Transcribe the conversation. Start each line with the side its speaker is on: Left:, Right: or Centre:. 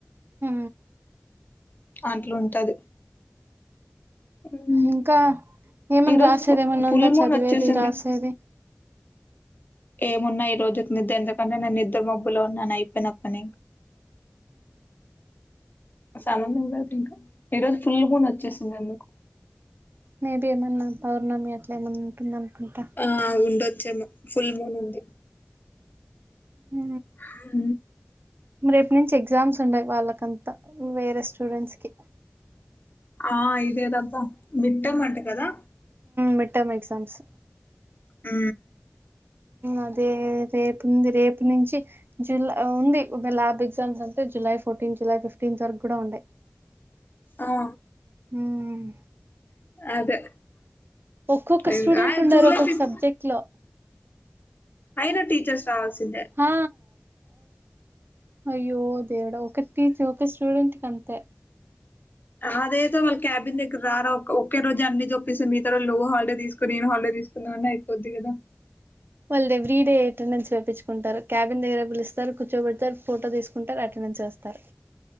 Right: హ
Left: అట్లుంటది హ్మ్.
Right: ఇంకా ఏమన్నా
Left: ఈరోజు
Right: రాసేది
Left: ఫు
Right: ఏమన్నా
Left: ఫుల్
Right: ఉందా
Left: మూన్
Right: చదివేది
Left: వచ్చేసింది.
Right: రాసేది
Left: ఏమున్నా ఈ రోజుకి నిద్ద ఎందుకంటే నేను నిద్ర మబ్బులో ఉన్నాను అయిపోయిన పని సన్ కూడా లేదు ఇంకా ఈ రోజు ఫుల్ మూన్ వచ్చేసింది ఎందుకు
Right: మేబి ఏమన్నా పౌర్ణమి అట్లా ఏమన్నా ఉంటుంది అనుకుంటా
Left: ఆ ఉండొచ్చేమో ఫుల్ మూన్ ఉంది
Right: ఉ
Left: హ
Right: రేపుటి నుంచి ఎగ్జామ్స్ ఉండయి వాళ్ళకంతా వేరే స్టూడెంట్స్ కి
Left: ఆ ఇదేదంతా మిడ్ టర్మ్ అంట కదా
Right: మిడ్ టర్మ్ ఎగ్జామ్స్
Left: ఆ
Right: అదే రేపుంది రేపు నుంచి జులై ఉంది ల్యాబ్ ఎగ్జామ్స్ అంటే జులై ఫోర్టీన్త్ జూలై ఫిఫ్టీన్త్ వరకు కూడా ఉంటాయి
Left: ఆ
Right: ఉమ్
Left: అదే
Right: ఒక్కొక్క
Left: ఇంగ
Right: స్టూడెంట్
Left: ఆ
Right: ఉండరు
Left: జూలై
Right: ఒక్కొక్క
Left: ఫిఫ్త్
Right: సబ్జెక్ట్ లో
Left: అయినా టీచర్స్ రావాల్సిందే
Right: ఆ అయ్యో దేవుడా ఒక టీచర్ ఒక స్టూడెంట్ కి అంతే
Left: అదేదో వాళ్ళ క్యాబిన్ దగ్గర రారా ఒకే రోజు అన్ని చెప్పేస్తా మిగతా రోజులు నువ్వు హాలిడే తీసుకో నేను హాలిడే తీసుకో నాన్న అయిపోద్ది కదా
Right: వాళ్ళు ఎవ్రీడే అటెండెన్స్ వెప్పించుకుంటారు క్యాబిన్ దగ్గర పిలుస్తారు కూర్చోబడతారు ఫోటో తీసు కొంటరు అటెండెన్స్ వేస్తరు